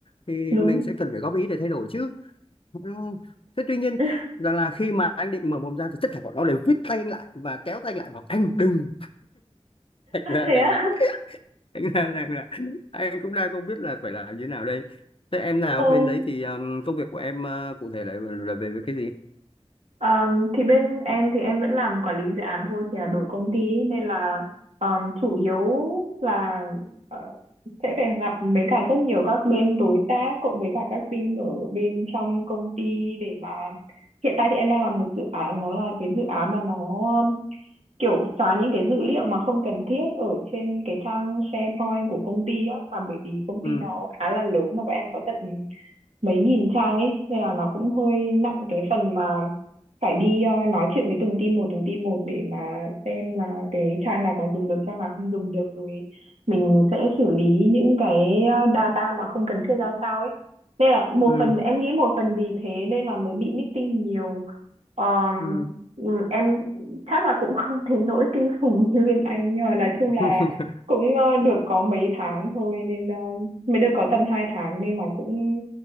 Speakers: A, on the left; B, on the right.
A: thì
B: đúng
A: mình sẽ cần phải góp ý để thay đổi chứ Ừ. thế tuy nhiên
B: <laughs>
A: rằng là khi mà anh định mở mồm ra thì tất cả bọn nó đều vít tay anh lại và kéo tay anh lại bảo anh đừng thành ra
B: thế
A: rằng
B: á
A: là thành ra là, là anh cũng đang không biết là phải làm như thế nào đây thế em nào
B: <laughs> ồ
A: bên đấy thì um, công việc của em uh, cụ thể là là về, về cái gì
B: Ờm, thì bên em thì em vẫn làm quản lý dự án thôi chỉ là đổi công ty ấy, nên là ờm, chủ yếu là ờ, sẽ phải gặp với cả rất nhiều các bên đối tác cộng với cả các team ở bên trong công ty để mà hiện tại thì em đang làm một dự án nó là cái dự án mà nó um, kiểu xóa những cái dữ liệu mà không cần thiết ở trên cái trang SharePoint của công ty á mà bởi vì công ty
A: ừ
B: nó khá là lớn mà bọn em có tận mấy nghìn trang ấy nên là nó cũng hơi nặng cái phần mà phải đi ờ, nói chuyện với từng team một từng team một để mà xem là cái trang nào còn dùng được trang nào không dùng được rồi mình sẽ xử lý những cái ờ, data mà không cần thiết ra sao ấy nên là một
A: ừ
B: phần em nghĩ một phần vì thế nên là mới bị meeting nhiều Ờm,
A: ừ
B: ừ, em chắc là cũng <laughs> không đến nỗi kinh khủng như bên anh nhưng mà nói chung là
A: <laughs>
B: cũng ờ, được có mấy tháng thôi nên ờ, mới được có tầm 2 tháng nên là cũng